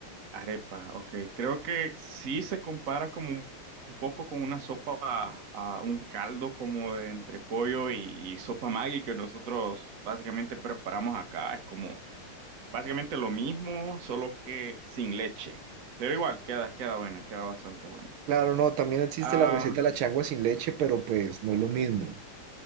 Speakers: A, on the right; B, on the right.
A: arepa, ok. Creo que sí se compara como un, un poco con una sopa, a un caldo como de entre pollo y, y sopa Maggi que nosotros básicamente preparamos acá. Es como Básicamente lo mismo, solo que sin leche. Pero igual, queda, queda buena, queda bastante buena.
B: Claro, no, también existe
A: Ah,
B: la receta de la changua sin leche, pero pues no es lo mismo.